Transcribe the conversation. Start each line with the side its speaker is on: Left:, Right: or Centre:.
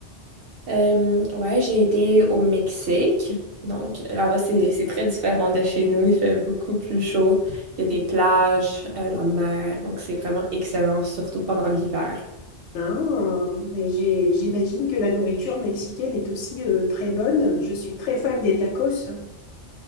Right: Euh, ouais, j'ai été au Mexique. Donc, là-bas, c'est, c'est très différent de chez nous. Il fait beaucoup plus chaud. Il y a des plages, euh, la mer. Donc, c'est vraiment excellent, surtout pendant l'hiver.
Left: Hein, euh, mais j'ai- j'imagine que la nourriture mexicaine est aussi euh, très bonne. Je suis très fan des tacos.